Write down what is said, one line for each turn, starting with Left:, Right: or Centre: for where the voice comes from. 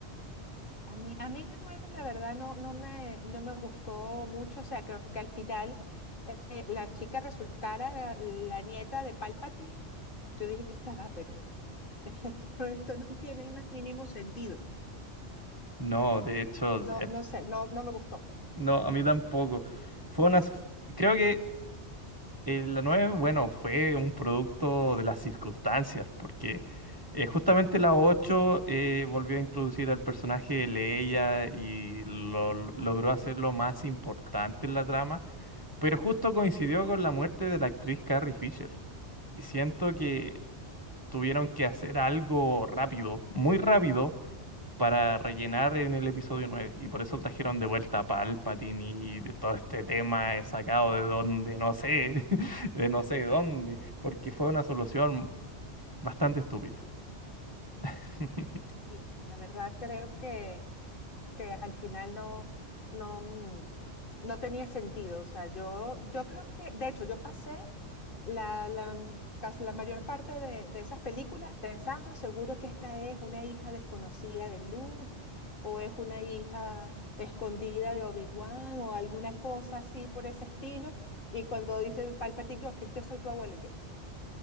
Left: A mí, a mí la nueve, la verdad, no, no me, no me gustó mucho. O sea, creo que al final eh, eh, la chica resultara la, la nieta de Palpatine. Yo dije que ya va, pero <laughs> esto, esto no tiene el más mínimo sentido.
Right: No, de hecho,
Left: No,
Right: eh,
Left: no sé, no, no me gustó.
Right: no, a mí tampoco. Fue una, creo que eh, la nueve bueno, fue un producto de las circunstancias, porque eh, justamente la ocho eh, volvió a introducir al personaje de Leia y lo, logró hacerlo más importante en la trama, pero justo coincidió con la muerte de la actriz Carrie Fisher. Y siento que tuvieron que hacer algo rápido, muy rápido, para rellenar en el episodio nueve Y por eso trajeron de vuelta a Palpatine y de todo este tema he sacado de donde no sé, <laughs> de no sé dónde, porque fue una solución bastante estúpida. <laughs>
Left: Sí, la verdad creo que, que al final no, no, mm, no tenía sentido. O sea, yo, yo creo que, de hecho, yo pasé la, la, casi la mayor parte de, de esas películas pensando seguro que esta es una hija desconocida de Luke o es una hija escondida de Obi-Wan o alguna cosa así por ese estilo. Y cuando dice Palpatine, "No, es que yo soy tu abuelo, y que